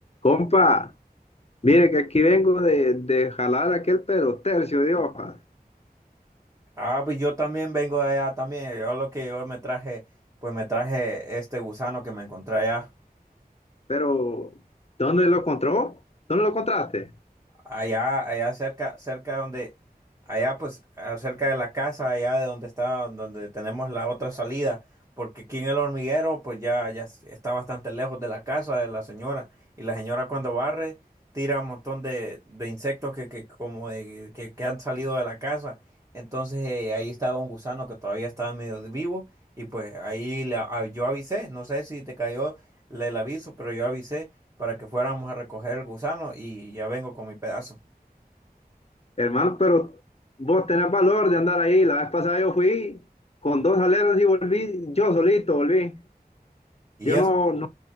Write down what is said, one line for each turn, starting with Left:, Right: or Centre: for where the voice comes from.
Left: Compa, mire que aquí vengo de, de jalar aquel pero tercio de hojas.
Right: Ah, pues yo también vengo de allá también. Yo lo que yo me traje, pues me traje este gusano que me encontré allá.
Left: Pero, ¿dónde lo encontró? ¿Dónde lo encontraste?
Right: allá, allá cerca, cerca donde, allá pues, ah, cerca de la casa, allá de donde está, donde tenemos la otra salida, porque aquí en el hormiguero, pues ya, ya s- está bastante lejos de la casa de la señora, y la señora cuando barre, tira un montón de, de insectos que, que como de, que, que han salido de la casa, entonces eh, ahí estaba un gusano que todavía estaba medio vivo, y pues ahí la- a- yo avisé, no sé si te cayó la- el aviso, pero yo avisé, para que fuéramos a recoger el gusano y ya vengo con mi pedazo.
Left: Hermano, pero vos tenés valor de andar ahí. La vez pasada yo fui con dos aleros y volví, yo solito volví.
Right: Y
Left: Yo
Right: eso,
Left: no, no,